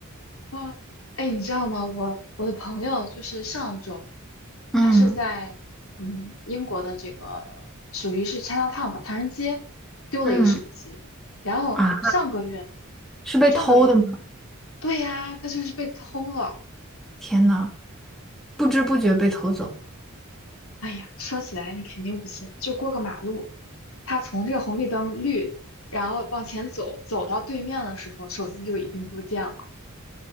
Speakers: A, on the left; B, in the centre.
A: 啊，哎，你知道吗？我我的朋友就是上周，
B: 嗯
A: 他是在嗯英国的这个属于是 Chinatown 吧，唐人街丢了一个手机，
B: 嗯，
A: 然后上个月
B: 啊，是被偷的吗？
A: 上个月对呀，他就是被偷了。
B: 天呐，不知不觉被偷走
A: 哎呀，说起来你肯定不信，就过个马路，他从这个红绿灯绿，然后往前走，走到对面的时候，手机就已经不见了，